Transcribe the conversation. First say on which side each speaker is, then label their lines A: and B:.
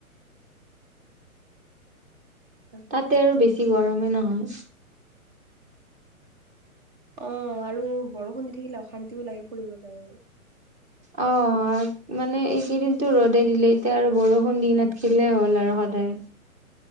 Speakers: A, on the right; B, on the right.
A: তাকেতো।
B: তাতে আৰু বেছি গৰমে নহয়।
A: অ, আৰু বৰষুণ দি থাকিলে অশান্তিওঁ লাগে ফুৰিব যায়ও।
B: অ', অ, মানে এইকেইদিনটো ৰ'দে দিলে এতিয়া আৰু বৰষুণ দি নাথকিলে হ'ল আৰু সদায়।